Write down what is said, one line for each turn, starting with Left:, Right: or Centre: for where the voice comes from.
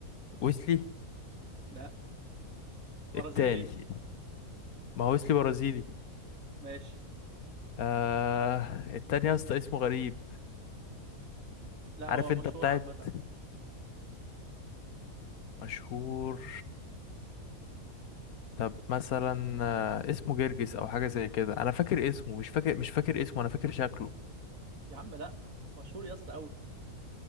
Left: ويسلي
Right: لا برازيلي
Left: التاني ما هو ويسلي برازيلي
Right: ماشي
Left: آه التاني يا اسطى اسمه غريب
Right: لا
Left: عارف
Right: هو مشهور
Left: انت بتاعت
Right: عامه
Left: مشهور طب مثلا آه، اسمه جرجس او حاجه زي كده انا فاكر اسمه مش فاكر مش فاكر اسمه انا فاكر شكله
Right: يا عم لا مشهور يا اسطى قوي